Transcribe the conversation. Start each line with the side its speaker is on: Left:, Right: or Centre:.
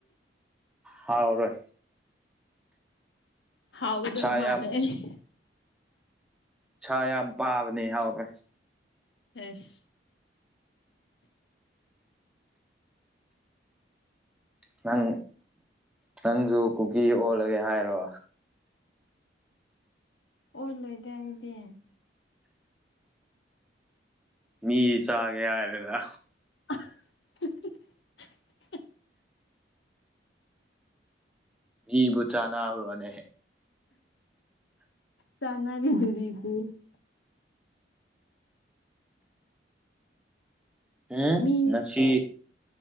Centre: ꯍꯥꯎꯔꯣꯏ
Left: ꯍꯥꯎꯒꯗꯕ
Centre: ꯁꯥ
Left: ꯃꯥꯜꯂꯦ
Centre: ꯌꯥꯝ ꯁꯥ ꯌꯥꯝ ꯄꯥꯕꯅꯤ ꯍꯥꯎꯔꯦ
Left: ꯐꯦꯁ
Centre: ꯅꯪ ꯅꯪꯁꯨ ꯀꯨꯀꯤ ꯑꯣꯜꯂꯒꯦ ꯍꯥꯏꯔꯣ
Left: ꯑꯣꯍꯜꯂꯣꯏꯗꯦ ꯑꯩꯗꯤ
Centre: ꯃꯤ ꯆꯥꯒꯦ ꯍꯥꯏꯔꯒ
Left: <unintelligible>
Centre: ꯏꯕꯨ ꯆꯅꯥꯑꯅꯦ
Left: ꯆꯅꯥ ꯑꯗꯨꯔꯤ ꯑꯗꯨꯕꯨ
Centre: ꯎꯝ
Left: ꯃꯤ
Centre: ꯉꯁꯤ